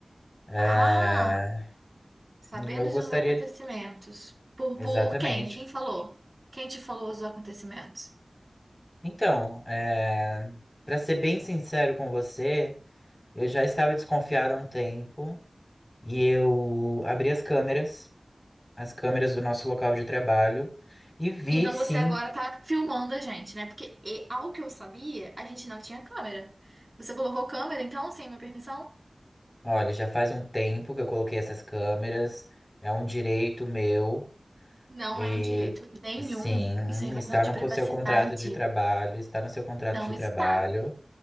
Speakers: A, on the left (about 20°); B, on the right (about 40°).
A: É,
B: Ah, sabendo
A: Eu gostaria.
B: de uns acontecimentos. Por,
A: Exatamente.
B: por quem? Quem falou? Quem te falou os acontecimentos?
A: Então, é... para ser bem sincero com você, eu já estava desconfiado há um tempo e eu abri as câmeras, as câmeras do nosso local de trabalho, e vi
B: Então
A: sim.
B: você agora tá filmando a gente, né? Porque, e- ao que eu sabia, a gente não tinha câmera. Você colocou câmera, então, sem minha permissão?
A: Olha, já faz um tempo que eu coloquei essas câmeras, é um direito meu.
B: Não
A: E
B: é um direito nenhum.
A: sim,
B: Isso é invasão
A: está
B: de
A: no
B: privacidade.
A: co- seu contrato de trabalho, está no seu contrato
B: Não
A: de trabalho.
B: está.